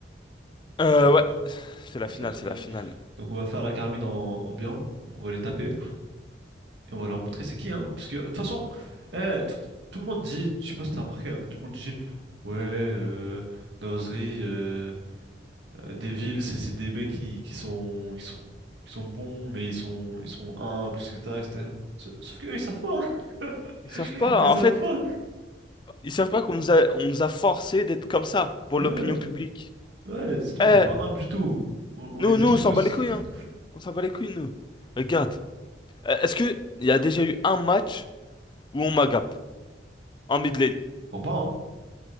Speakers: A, on the left; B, on the right.
A: Euh,
B: Ouais, c'est la finale.
A: ouais, c'est la
B: Ouais,
A: finale,
B: c'est la finale.
A: c'est la finale.
B: Donc on va faire la Carmine en, en bien, on va les taper et on va leur montrer c'est qui hein. Parce que de toute façon, eh, t- tout le monde dit, je sais pas si t'as remarqué, hein, mais tout le monde dit ouais, euh, Nozri, euh, euh, Devil, c'est c'est des mecs qui, qui sont qui sont qui sont bons mais ils sont ils sont humbles, etc. etc. Sauf sauf que eux ils savent pas, hein.
A: Ils savent
B: <laughs>
A: pas,
B: Ils
A: en
B: savent
A: fait,
B: pas.
A: ils savent pas qu'on nous a, on nous a forcé d'être comme ça pour
B: Eh
A: l'opinion
B: ouais.
A: publique.
B: Ouais, sinon
A: Eh,
B: on n'est pas humble du tout. On, on
A: nous,
B: les détruit
A: nous, on s'en
B: tous.
A: bat les couilles,
B: <laughs>
A: hein. On s'en bat les couilles, nous.
B: Mhm.
A: Regarde. Euh, Est-ce que il y a déjà eu un match où on m'agape en mid lane?
B: Crois pas, hein.